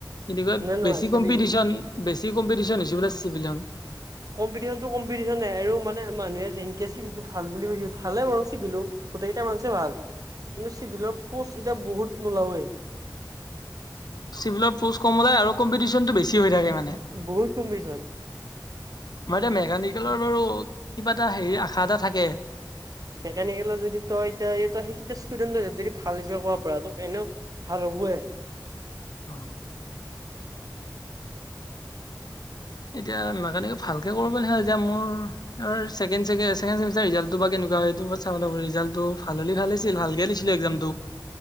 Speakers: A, on the left; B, on the right.
A: এনেকুৱা
B: নাই নহয়
A: বেছি
B: চাবি
A: কম্পিটিশন বেছি কম্পিটিশ্যন হৈছে বোলে চিভিলত।
B: কম্পিটিশনটোোম্পিটিশ্যন আৰু মানে মানুহে যেনকে চিটো ভাল বুলি কৈ ভালে বাৰু চিিলো। গোটেইকেইটা মানচে ভাল, কিন্তু চিভিলৰ পষ্ট এতিয়া বহুত নোলাৱই।
A: চিভিলৰ প'ষ্ট কম ওলাই আৰু কম্পিটিশ্যনটো বেছি হৈ থাকে মানে।
B: বহুত কম্পিটিশ্যন।
A: মানে মেকানিকেলৰ বাৰু কিবা এটা হেৰি আশা এটা থাকে।
B: মেকানিকেলৰ যদি তই এতিয়া তই সেইটা ষ্টুডেণ্টৰ যদি ভাল ৰিজাল্ট কৰবা পাৰা তক এনেও ভাল হ'ব এ।
A: অ'। এতিয়া মেকানিকেল ভালকে কৰিব পাৰিলে ভাল, এতিয়া মোৰ আমাৰ ছেকেণ্ড চাগে, ছেকেণ্ড ছেমিষ্টাৰৰ ৰিজাল্টটো বা কেনেকুৱা হয় এইটোৰ ওপৰত চাব লাগব ৰিজাল্টটো ভাল হ'লে ভাল আছিল, ভালকে দিছিলোঁ এক্সাম। টো